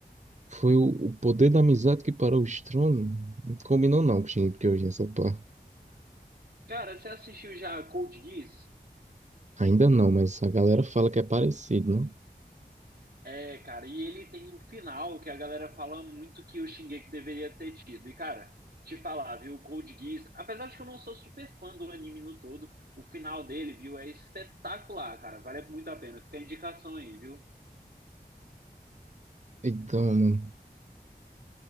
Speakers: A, on the right (about 45°); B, on the right (about 65°).
A: foi o, o poder da amizade que parou o estrondo. Não combinou não com o que hoje essa pá.
B: Cara, você assistiu já Code Geass?
A: Ainda não, mas a galera fala que é parecido, não?
B: É, cara, e ele tem o final que a galera fala muito que o Shingeki deveria ter tido. E, cara, te falar, viu, o Code Geass, apesar de que eu não sou super fã do anime no todo, o final dele, viu, é espetacular, cara. Vale muito a pena. Fica a indicação aí, viu?
A: Então, mano,